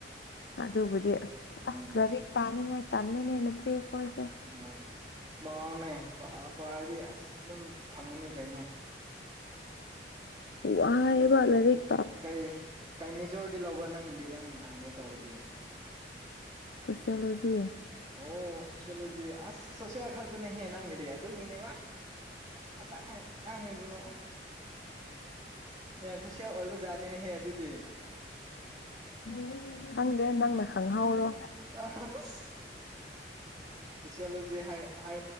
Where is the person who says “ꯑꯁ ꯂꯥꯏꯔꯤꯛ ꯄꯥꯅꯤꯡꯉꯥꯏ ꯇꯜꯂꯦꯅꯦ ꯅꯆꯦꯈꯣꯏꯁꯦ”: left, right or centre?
Left